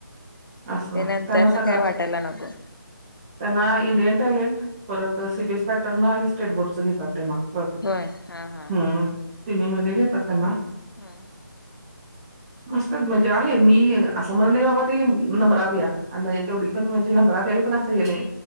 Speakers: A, on the right; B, on the left.
A: अस त्यांना
B: ते नंतर ना
A: सगळ!
B: काय वाटायला नको
A: त्यांना इंडियन टॅलेंट परत सीबीएस पॅटर्न आणि स्टेट बोर्डच घेतात त्यांना बत हम्म
B: होय हा हा
A: सने मध्ये घेतातना?
B: हा! !
A: मस्तच म्हणजे आहे मी असं म्हणत नाही बाबा! ती नंबरात या आणि तेवढी पण म्हणजे नंबरा पण अस हे! नाही